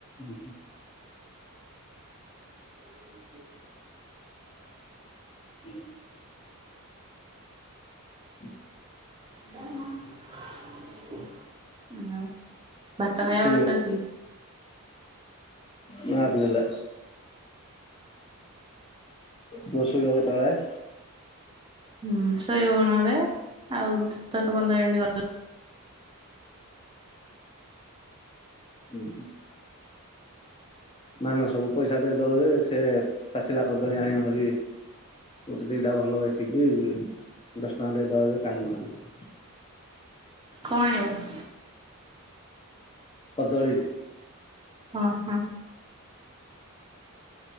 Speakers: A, on the left; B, on the right.
A: ହୁଁ ହୁଁ।
B: ହୁଁ।
A: ହୁଁ। ହୁଁ
B: ଭାତ ଖାଇବ କେତ ବେଳସିକି?
A: ଶୋଇବ ନାଁ ଅଟକିଗଲା। ପୁଅ ସୋଇବ କେତେବେଳେ?
B: ହୁଁ ଶୋଇବ କଣ ଏବେ ଆଉ ଦଶ ପନ୍ଦର ମିନିଟ ରହିଲା।
A: ହୁଁ। ମାନସକୁ ପଇସା ଦେଇଦଵ ଯେ ସେ ପାଚିଲା କଦଳୀ ଆଣିବ ଭାରି। ଗୋଟେ ଦିଟା ଭଲ ଦେଖିକି ଦଶ ଟଙ୍କା ଦେଇଦବା ଯେ <unintelligible>
B: କଣ ଆଣିବ?
A: କଦଳୀ।
B: ଆଁ ହଁ।